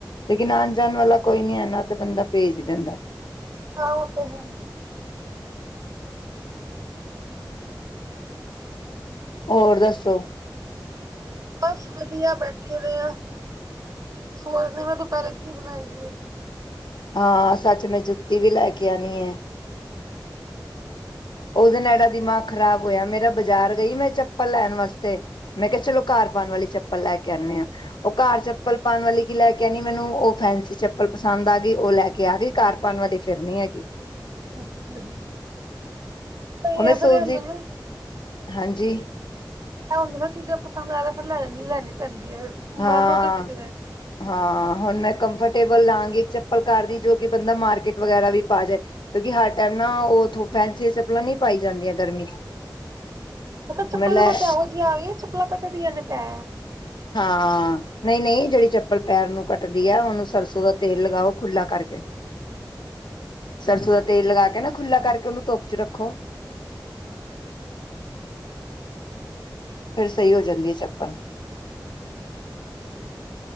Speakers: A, on the left (about 70°); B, on the right (about 45°).
A: ਲੇਕਿਨ ਆਣ ਜਾਣ ਵਾਲਾ ਕੋਈ ਨੀ ਹੈ ਨਾ ਤੇ ਬੰਦਾ ਭੇਜ ਦਿੰਦਾ।
B: ਆਹ ਤੇ ਹੈ।
A: ਹੋਰ ਦੱਸੋ
B: ਬਸ ਵਧੀਆ ਬੈਠੇ ਰੇ ਆਂ। ਸੋਚਦੇ ਮੈਂ ਦੁਪਹਿਰੇ ਕੀ ਬਣਾਈਏ।
A: ਹਾਂ ਸੱਚ ਮੈਂ ਜੁੱਤੀ ਵੀ ਲੈ ਕੇ ਆਣੀ ਏ। ਉਹਦੇ ਨੈੜਾ ਦੀ ਮਾਂ ਖ਼ਰਾਬ ਹੋਇਆ ਮੇਰਾ ਬਾਜ਼ਾਰ ਗਈ ਮੈਂ ਚੱਪਲ ਲੈਣ ਵਾਸਤੇ ਮੈਂ ਕਿਹਾ ਚਲੋ ਘਰ ਪਾਉਣ ਵਾਲੀ ਚੱਪਲ ਲੈ ਕੇ ਆਨੇ ਆ ਉਹ ਘਰ ਚੱਪਲ ਪਾਉਣ ਵਾਲੀ ਕੀ ਲੈ ਕੇ ਆਣੀ ਮੈਨੂੰ ਉਹ ਫੈਸੀ ਚੱਪਲ ਪਸੰਦ ਆ ਗਈ ਉਹ ਲੈ ਕੇ ਆ ਗਈ ਘਰ ਪਾਉਣ ਵਾਲੀ ਫਿਰ ਨੀ ਹੈਗੀ।
B: ਅੱਛਾ ਜੀ, ਸਹੀ
A: ਉਹ ਮੈਂ
B: ਆ
A: ਸੋਚਦੀ
B: ਫੇਰ ਇਹਨਾਂ ਨੂੰ
A: ਹਾਂਜੀ,
B: ਆਹੋ ਜਿਹੜੀਆ ਚੀਜ਼ਾਂ ਪਸੰਦ ਆ ਫਿਰ ਲੈ ਲੈਣੀ ਪੈਂਦੀ। ਹੈ
A: ਹਾਂ,
B: ਮਨ ਉਹ ਤੇ ਟਿਕਦਾ ਹੈ
A: ਹਾਂ ਹੁਣ ਮੈਂ ਕੰਫਰਟ ਟੇਬਲ ਲਾਂਗੇ ਇੱਕ ਚੱਪਲ ਕਰ ਦੀ ਜੋ ਕਿ ਬੰਦਾ ਮਾਰਕੀਟ ਵਗੈਰਾ ਵੀ ਪਾ ਜਾਏ, ਕਿਉਂਕਿ ਹਰ ਟੈਮ ਨਾ ਉਥੋਂ ਫੈਂਸੀ ਚਪਲਾਂ ਨ ਨਹੀਂ ਪਾਈ ਜਾਂਦੀਆਂ। ਗਰਮੀ ਚ
B: ਚਪਲਾਂ
A: ਮਤਲਬ
B: ਕੁਛ ਇਹੋ ਜਿਹੀ ਆ ਗਈਆਂ ਚਪਲਾਂ ਕੱਟ ਦੀਆਂ ਨੇ ਐ,
A: ਹਾਂ ਨਹੀਂ-ਨਹੀਂ ਜਿਹੜੀ ਚੱਪਲ ਪੈਰ ਨੂੰ ਕੱਟਦੀ ਹੈ ਉਹਨੂੰ ਸਰਸੋਂ ਦਾ ਤੇਲ ਲਗਾਓ ਖੁੱਲਾ ਕਰਕੇ ਸਰਸੋਂ ਦਾ ਤੇਲ ਲਗਾ ਕੇ ਨਾ ਖੁੱਲਾ ਕਰਕੇ ਉਹਨੂੰ ਧੁੱਪ ਚ ਰੱਖੋ।
B: <unintelligible>
A: ਫੇਰ ਸਹੀ ਹੋ ਜਾਂਦੀ ਹੈ ਚੱਪਲ।